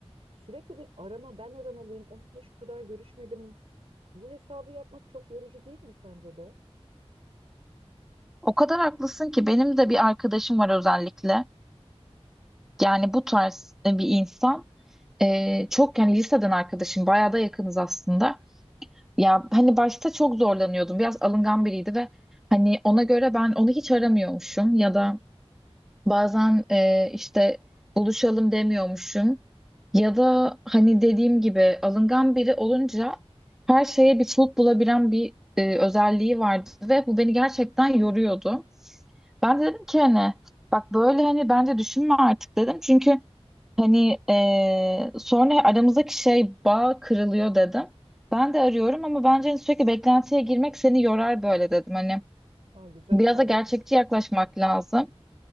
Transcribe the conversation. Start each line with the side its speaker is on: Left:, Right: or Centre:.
Right: sürekli bir arama ben aramalıyım. Onunla şu kadar görüşmedim. Bu hesabı yapmak çok yorucu değil mi sence de?
Centre: O kadar haklısın ki benim de bir arkadaşım var özellikle. Yani bu tarz e, bir insan. Ee, çok yani liseden arkadaşım bayağı da yakınız aslında. Ya hani başta çok zorlanıyordum. Biraz alıngan biriydi ve hani ona göre ben onu hiç aramıyormuşum ya da bazen e, işte buluşalım demiyormuşum. Ya da hani dediğim gibi alıngan biri olunca her şeye bir çoluk bulabilen bir e, özelliği vardı ve bu beni gerçekten yoruyordu. Ben de dedim ki hani bak böyle hani bence düşünme artık dedim. Çünkü hani eee, sonra aramızdaki şey bağ kırılıyor dedim. Ben de arıyorum ama bence hani sürekli beklentiye girmek seni yorar böyle dedim. Hani
Right: Ha, güzel
Centre: biraz
Right: ifade
Centre: da gerçekçi
Right: etmişsin.
Centre: yaklaşmak lazım.